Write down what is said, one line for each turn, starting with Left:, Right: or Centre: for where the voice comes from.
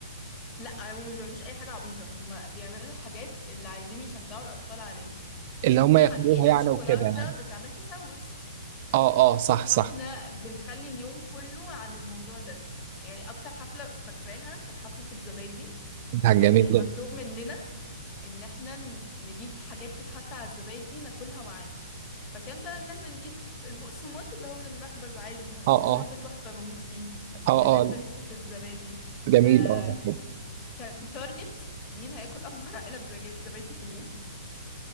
Left: لا هم مش بيعملوش اي حاجه عبيطه هم بيعملوا الحاجات اللي عايزين يشجعوا الاطفال عليها
Right: اللي هم
Left: يعني
Right: ياخدوها يعني
Left: الشوكولاته
Right: وكده يعني
Left: بتعمل تسوس
Right: اه اه صح صح
Left: فاحنا بنخلي اليوم كله عن الموضوع ده يعني اكتر حفله فاكراها كانت حفله الزبادي
Right: ده
Left: كان
Right: جميل
Left: المطلوب
Right: ده
Left: مننا ان احنا ن- نجيب حاجات تتحط على الزبادي ناكلها معاه فكان بقى ان احنا نجيب البقسماط اللي هو من المخبز عادي البقسماط
Right: اه اه
Left: ده تحفه بموت فيه
Right: اه
Left: ندبت
Right: اه
Left: في الزبادي
Right: جميل
Left: آه،
Right: اه
Left: كان تارجت مين هياكل اكبر علب زجا- زبادي في اليوم